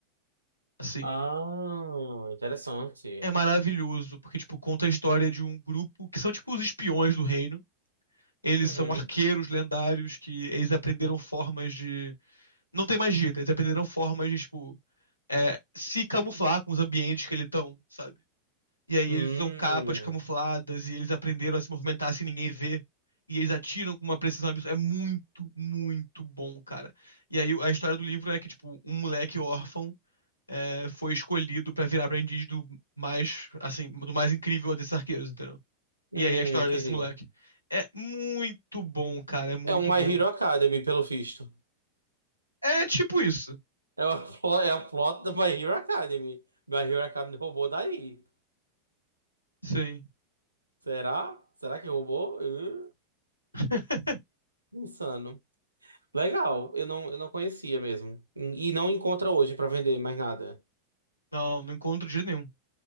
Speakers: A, on the left (about 80°); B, on the right (about 85°).
A: Assim,
B: Ah, interessante.
A: é maravilhoso, porque, tipo, conta a história de um grupo que são, tipo, os espiões do reino. Eles
B: Uhum.
A: são arqueiros lendários que eles aprenderam formas de. Não tem magia, né? eles aprenderam formas de, tipo, é, se camuflar com os ambientes que eles estão, sabe? E aí
B: Hum,
A: eles usam capas camufladas e eles aprenderam a se movimentar sem ninguém ver. E eles atiram com uma precisão absurda. É muito, muito bom, cara. E aí a história do livro é que, tipo, um moleque órfão é, foi escolhido pra virar aprendiz do mais, assim, do mais incrível desses arqueiros, entendeu?
B: hum,
A: E aí a história
B: entendi.
A: desse moleque. É muito bom, cara, é muito
B: É um My
A: bom.
B: Hero Academy, pelo visto.
A: É tipo isso.
B: É o plo- <laughs> é o plot do My Hero Academy. My Hero Academy roubou daí.
A: Sim.
B: Será? Será que roubou? Hum,
A: <laughs>
B: insano. Legal, eu não, eu não conhecia mesmo. E não encontra hoje pra vender mais nada.
A: Não, não encontro de jeito nenhum.